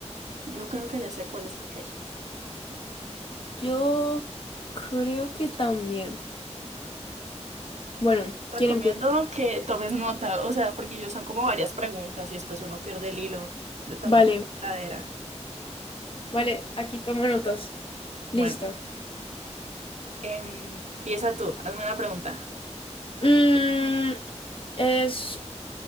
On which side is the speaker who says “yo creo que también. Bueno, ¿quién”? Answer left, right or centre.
Left